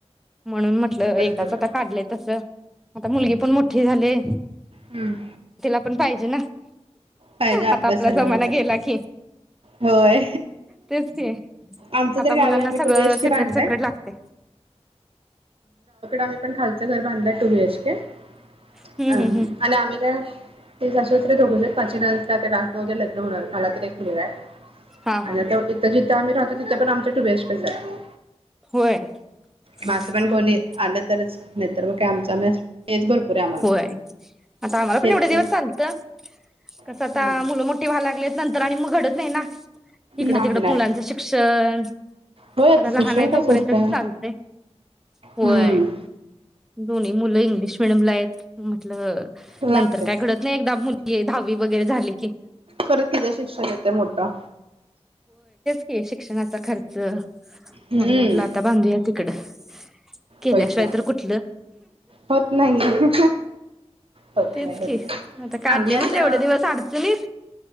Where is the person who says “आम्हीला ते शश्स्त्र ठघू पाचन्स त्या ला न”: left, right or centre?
Right